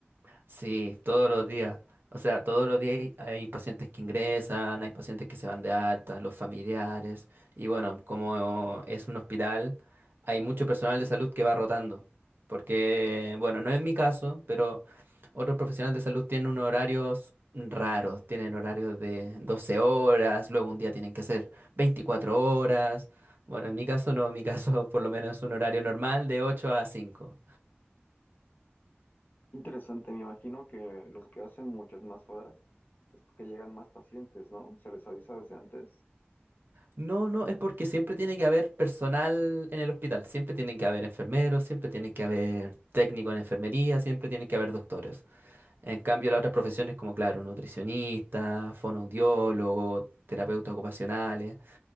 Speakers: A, on the right; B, on the left.
A: Sí, todos los días. O sea, todos los días hay, hay pacientes que ingresan, hay pacientes que se van de alta, los familiares. Y bueno, como es un hospital, hay mucho personal de salud que va rotando. Porque, bueno, no es mi caso, pero otros profesionales de salud tienen unos horarios raros. Tienen horarios de 12 horas, luego un día tienen que hacer 24 horas. Bueno, en mi caso no, en mi caso <laughs> por lo menos es un horario normal de 8 a 5.
B: Interesante, me imagino que los que hacen muchas más horas es porque llegan más pacientes, ¿no? Se les avisa desde antes.
A: No, no, es porque siempre tiene que haber personal en el hospital, siempre tienen que haber enfermeros, siempre tienen que haber técnicos en enfermería, siempre tienen que haber doctores. En cambio, las otras profesiones como, claro, nutricionistas, fonoaudiólogos, terapeutas ocupacionales,